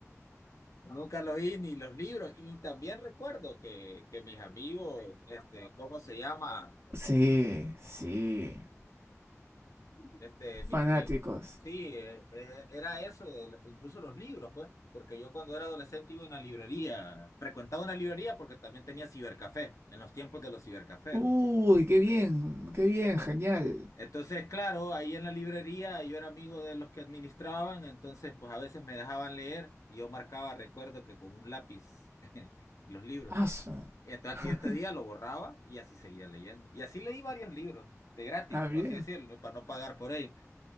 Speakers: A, on the left; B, on the right.
A: Nunca lo vi ni los libros. Y también recuerdo que, que mis amigos, este, ¿cómo se llama?
B: Sí, sí.
A: Este, mis
B: Fanáticos.
A: amigos. Sí, eh, eh, era eso, de lo- incluso los libros, pues, porque yo cuando era adolescente iba a una librería, frecuentaba una librería porque también tenía cibercafé, en los tiempos de los cibercafés,
B: Uy,
A: ¿no?
B: qué bien, qué bien, genial.
A: Entonces, claro, ahí en la librería yo era amigo de los que administraban, entonces pues a veces me dejaban leer y yo marcaba, recuerdo que con un lápiz <laughs> los libros.
B: Asa.
A: Y entonces
B: <laughs>
A: al siguiente día lo borraba y así seguía leyendo. Y así leí varios libros, de gratis,
B: Ah,
A: por
B: bien.
A: así decirlo, ¿no? para no pagar por ellos.